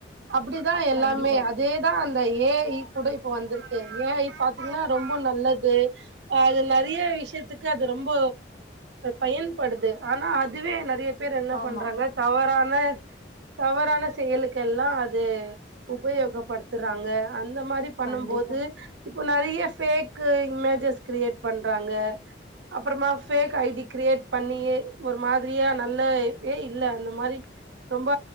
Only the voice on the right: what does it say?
அப்டிதான் எல்லாமே
அதேதான் அந்த ஏ ஐ கூட இப்ப வந்திருக்கு ஏ ஐ பாத்தீங்கன்னா ரொம்ப நல்லது அது நெறைய விஷயத்துக்கு அது ரொம்ப பயன்படுது ஆனா அதுவே நிறைய பேர் என்ன
பண்றாங்க தவறான தவறான செயலுக்க எல்லாம் அது உபயோகப்படுத்துறாங்க அந்த மாரி பண்ணும்போது
இப்போ நெறைய ஃபேக் இமேஜஸ் கிரியேட் பண்றாங்க அப்புறமா ஃபேக் ஐ டி கிரியேட் பண்ணியே ஒரு மாதிரியா நல்லவே இல்ல அந்த மா மாரி ரொம்ப